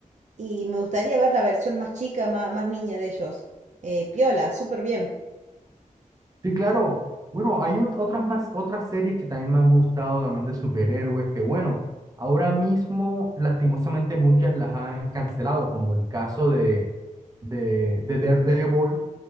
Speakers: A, on the right (about 60°); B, on the right (about 25°).
A: y me gustaría ver la versión más chica, má- más, niña de ellos. Eh, piola, súper bien.
B: Sí, claro, bueno, hay ot- otras más, otras series que también me han gustado, también de superhéroes, que bueno, ahora mismo, lastimosamente, muchas las han cancelado, como el caso de, de, de Daredevil